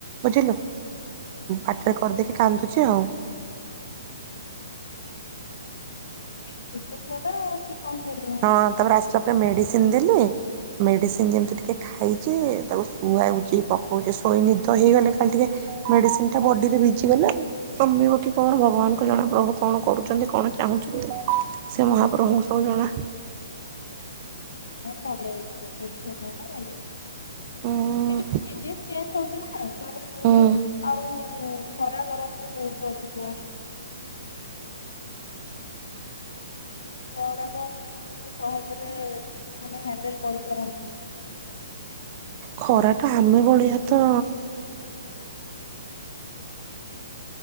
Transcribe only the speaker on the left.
ଛୋଟ ଛୁଆଟା ସେ କଣ କରିବ
ନାଇ ଭଲ ହେଇ ଯିବ ଟେନସନ୍ ନେ ନା ଭଲ ହେଇଯିବ।
ଏ ଟିକେ ସିଜିନ ଚେଞ୍ଜ ହଉଚି। ଚି ନା। ତା ପରେ ଦୁଇରେ
ଆଉ। ଯୋଉ ଖରା ଗରମ ବି ବହୁତ ଅଧିକ। ଛୁଆ ଗୁଡାକ ଏତେ ସହଜରେ ମାନେ ହଣ୍ଡେଲ କରିପାରନ୍ତି।